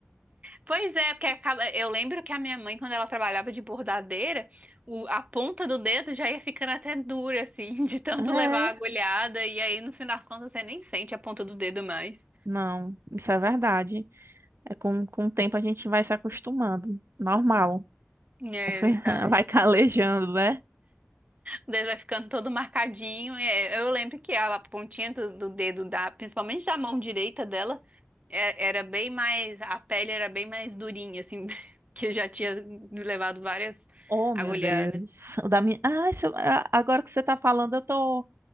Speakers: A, on the right; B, on the right.
A: Pois é, porque acaba, eu lembro que a minha mãe, quando ela trabalhava de bordadeira, o- a ponta do dedo já ia ficando até dura, assim, <laughs> de tanto
B: É,
A: levar a agulhada, e aí no fim das contas você nem sente a ponta do dedo mais.
B: não, isso é verdade. É, com, com o tempo a gente vai se acostumando. Normal.
A: É
B: <laughs>
A: verdade.
B: Vai calejando, né?
A: O dedo vai ficando todo marcadinho. É, eu lembro que a pontinha do, do dedo da, principalmente da mão direita dela, É- Era bem mais, a pele era bem mais durinha, assim, <laughs> que eu já tinha me levado várias
B: Oh, meu
A: Aham. agulhadas.
B: Deus. O da minha... Ah, se a- agora que você tá falando, eu tô,